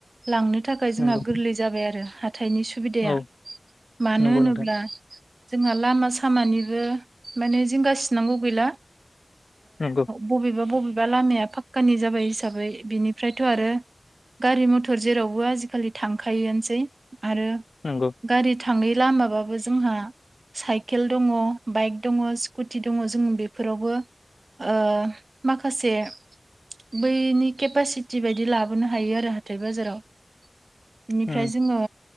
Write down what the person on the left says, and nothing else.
नंगौ
औ
नंगौ
नोंथां
नंगौ
नंगौ
उम